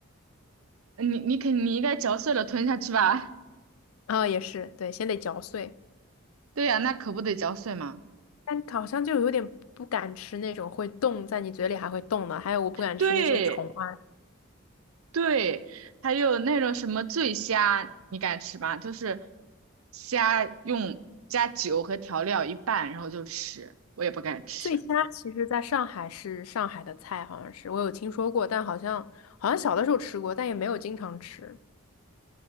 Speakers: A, on the right (about 75°); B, on the left (about 75°).
A: 呃你你肯你应该嚼碎了吞下去吧？
B: 哦，也是，对，先得嚼碎。
A: <laughs> 对呀、那可不得嚼碎吗？
B: 但好像就有点不敢吃那种会动，在你嘴里还会动的，还有我不敢吃那些虫啊。
A: 对对，还有那种什么醉虾，你敢吃吗？就是虾用加酒和调料一拌，然后就吃，我也不敢吃。
B: 醉虾其实在上海是上海的菜，好像是我有听说过，但好像好像小的时候吃过，但也没有经常吃，